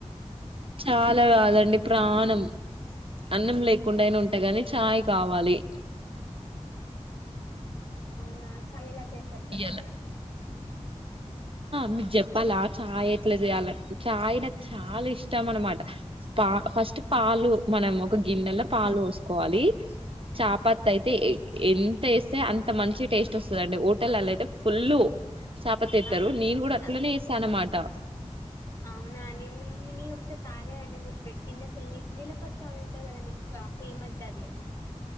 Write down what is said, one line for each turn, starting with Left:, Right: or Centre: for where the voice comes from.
Right: చాలా కాదండి ప్రాణం అన్నం లేకుండైన ఉంటగానీ చాయ్ కావాలి
Left: హా చల్లగా చేస్తారు చెప్తారా
Right: ఇయ్యాల మీక్ జెప్పాలా చాయ్ ఎట్లా జెయాల. <inaudible> చాయ్ నాక్ చాలా ఇష్టం అనమాట పా. ఫస్ట్ పాలు మనం ఒక గిన్నెలో పాలు పోసుకోవాలి చాపాత్తా అయితే ఏ ఎంత ఎస్తే అంత మంచి టేస్ట్ వస్తదండి, హోటలల్లయితే ఫుల్లు. చాపత్తా ఎత్తరు
Left: ఆ,
Right: నేను కూడా అట్లనేస్తాన్నమాట
Left: ఆ, అవునా అండి నీను నీనోక్కసారి తాగాండి మీరు పెట్టింది అస్సల్ నీల్ నీలోఫర్. చాయ్ ఉంటది గదండి కా ఫేమస్ దది